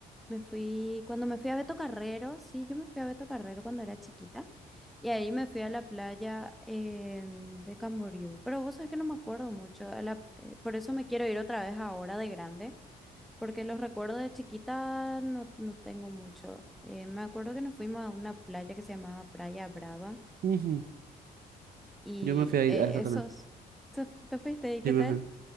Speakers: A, in the centre; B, on the right.
A: me fui, cuando me fui a Beto Carrero, sí, yo me fui a Beto Carrero cuando era chiquita. Y ahí me fui a la playa em, de Camboriú. Pero vos sabés que no me acuerdo mucho. a la- eh, por eso me quiero ir otra vez ahora de grande Porque los recuerdos de chiquita no, no tengo mucho. Eh, me acuerdo que nos fuimos a una playa que se llamaba Playa Brava
B: Ujú.
A: y
B: Yo me fui a,
A: eh,
B: ir a esa
A: esos,
B: también.
A: ¿te, fu- te fuiste y qué
B: Sí, me
A: tal?
B: fui.